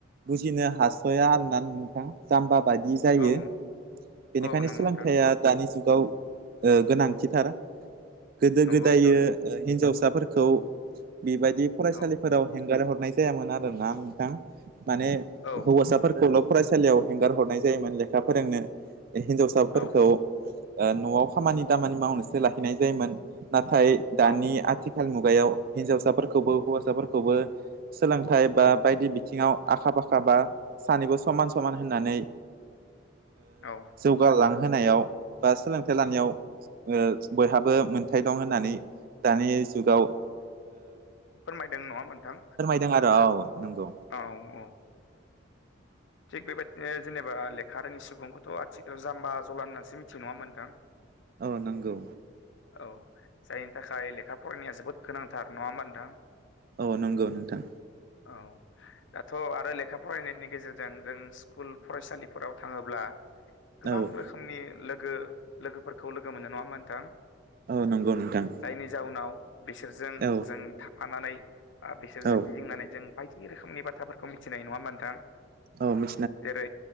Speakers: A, on the right; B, on the left.
A: बुजिनो हास'या आरोना नोंथां। जाम्बा बायि जायो
B: औ
A: बेनिखायनो
B: औ नंगौ
A: सोलोंथाइया
B: नोंथां नंगौ
A: दानि जुगाव ओ गोनां थिथार। गोदो
B: नंगौ
A: गोदायो
B: नोंथां नंगौ
A: हिनजावसाफोरखौ बेबायदि फरायसालिफोराव
B: औ
A: हेंगार हरनाय जायामोन आरोना नोंथां माने
B: औ
A: हौवासाफोरखौल' फरायसालियाव हेंगार हरनाय जायोमोन लेखा फोरोंनो हिनजावसाफोरखौ
B: औ
A: न'आव खामानि दामानि मावनोसो लाहैनाय जायोमोन नाथाय दानि
B: औ
A: आथिखाल ाल मुगायाव हिनजावसाफोरखौबो हौवासाफोरखौबो सोलोंथाइ
B: औ
A: बा बायदि बिथिङाव आखा फाखा बा सानैबो समान समान होननानै
B: औ
A: जौगालांहोनायाव बा सोलोंथाइ लानायाव ओ बयहाबो मोनथाय दं होननानै दानि जुगाव
B: फोरमायदों नङा मोनथां
A: दों आरो औ नंगौ
B: औ औ थिग बेबायदिनो जेनेबा लेखा रोङि सुबुंखौथ' आथिखालाव जाम्बा जला होननानैसो मिथियो नङा होनबा नोंथां।
A: औ नंगौ
B: औ जायनि थाखाय लेखा फरायनाया जोबोद गोनांथार नङा होमा नोंथां।
A: औ नंगौ नोंथां।
B: औ दाथ' आरो लेखा फरायनायनि गेजेरजों जों जों स्कुल फरायसालिफोराव थाङोब्ला गोबां
A: औ
B: रोखोम समनि लोगो लोगोफोरखौ लोगो मोननाय नङा मोनथां
A: औ नंगौ नोंथां
B: जायनि जाउनाव बिसोरजों
A: औ
B: जों थाफानानै बा बिसोरजों
A: औ
B: गिदिंनानै जों बायदि रोखोमनि बाथ्राफोरखौ मिथिनाय नङा होमबा नोंथां
A: औ मि
B: जेरै